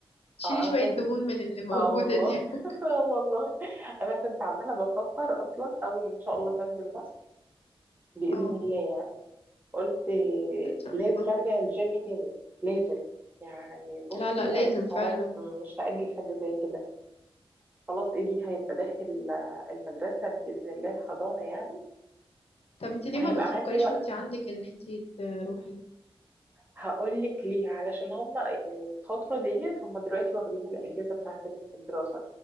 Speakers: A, on the left; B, on the right.
A: تشيلي
B: اه انا
A: شويه
B: كنت
A: دهون من اللي موجوده
B: اه والله
A: دي <laughs>
B: <laughs> آه والله انا كنت عماله بفكر اصلا اول ان شاء الله ما انزل مصر باذن
A: اه
B: الله يعني قلت
A: ان شاء
B: لازم
A: الله
B: ارجع الجيم تاني لازم يعني بصي
A: لا لا
B: انا
A: لازم
B: مش
A: فعلا
B: هرج... مش هاجل حاجه زي كده خلاص ابني هيبقى داخل آه، المدرسه باذن الله الحضانه يعني
A: طب انت ليه
B: وهيبقى
A: ما بتفكريش
B: عندي وقت
A: وانت عندك ان انت تروحي
B: هقول لك ليه علشان هم يعني الفتره ديت هم دلوقتي واخدين الاجازه بتاعت الدراسه